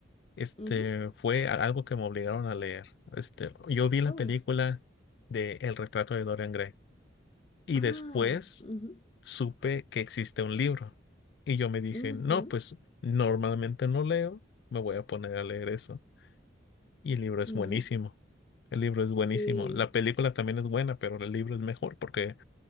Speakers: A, on the left (about 60°); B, on the left (about 30°).
A: este,
B: ujú.
A: fue a- algo que me obligaron a leer. Este, yo vi la
B: Oh,
A: película de El retrato de Dorian Gray y
B: ah,
A: después
B: ujú,
A: supe que existe un libro. Y yo me dije,
B: ujú,
A: no, pues normalmente no leo, me voy a poner a leer eso. Y el libro es
B: ujú.
A: buenísimo. El libro es buenísimo.
B: Sí.
A: La película también es buena, pero el libro es mejor porque